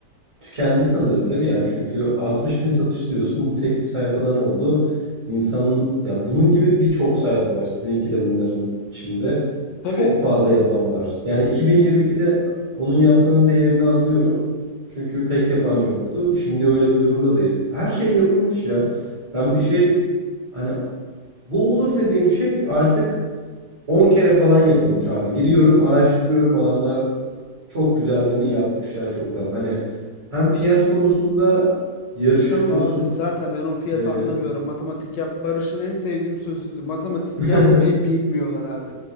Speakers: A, on the right (about 30°); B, on the left (about 80°).
A: tükendi sanırım değil mi? Yani çünkü 60 bin satış diyorsun bu tek bir sayfadan oldu. İnsanın ya bunun gibi birçok sayfa var. Sizinki de bunların içinde.
B: Tabii.
A: Çok fazla yapan var. Yani 2022'de onun yapmanın değerini anlıyorum. Çünkü pek yapan yoktu. Şimdi öyle bir durumda değil. Her şey yapılmış ya. Ben bir şey hani Bu olur dediğim şey artık 10 kere falan yapılmış abi. Giriyorum, araştırıyorum. Adamlar çok güzellerini yapmışlar çoktan. Hani hem fiyat konusunda yarışamıyorsun.
B: Abi zaten ben o fiyatı
A: Ee,
B: anlamıyorum. Matematik yap Barış'ın en sevdiğim sözüydü. Matematik
A: <laughs>
B: yapmayı bilmiyorlar abi.